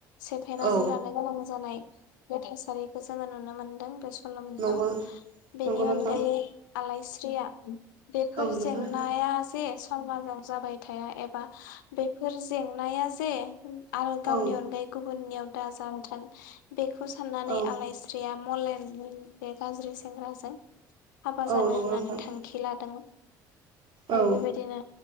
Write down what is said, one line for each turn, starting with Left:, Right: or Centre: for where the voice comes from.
Left: सेफायनानै
Right: औ
Left: लानो गोनां जानाय। बे थासारिखौ जोङो नुनो मोनदों बे स खालामियाव
Right: नंगौ
Left: बेनि
Right: नंगौ नोंथां
Left: अनगायै। आलायस्रिया बेफोर
Right: औ नंगौ
Left: जेंनाया
Right: नोंथां
Left: जे समाजा जाबाय थाया एबा बेफोर जेंनाया जे। आरो गावनि
Right: औ
Left: अनगायै गुबुननियाव दा जावथों बेखौ साननानै
Right: औ
Left: आलाइस्रिया मलेन। बे गाज्रि सेंग्राजों हाबा
Right: औ
Left: जानो
Right: नंगौ
Left: होननानै
Right: नोंथां
Left: थांखि लादों। आरो
Right: औ
Left: बेबायदिनो